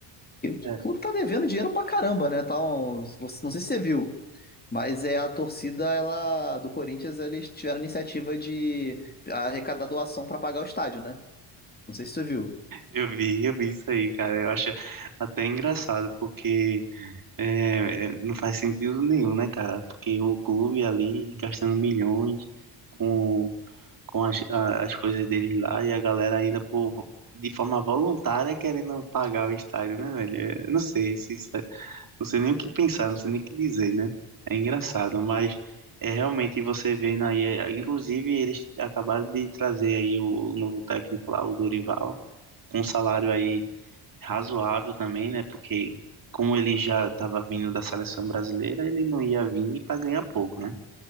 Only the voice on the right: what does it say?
É.
Eu vi, eu vi isso aí, cara. Eu acho até engraçado, porque é, é, não faz sentido nenhum, né, cara? Porque o clube ali gastando milhões com com as, a- as coisas deles lá e a galera ainda por de forma voluntária querendo pagar o estádio, né, velho? É, Eu não sei se isso é- não sei nem o que pensar, não sei nem o que dizer, né? É engraçado, mas é realmente você vendo aí, é, inclusive eles acabaram de trazer aí o novo técnico lá, o Dorival, com um salário aí razoável também, né? Porque como ele já estava vindo da seleção brasileira, ele não ia vir para ganhar pouco, né?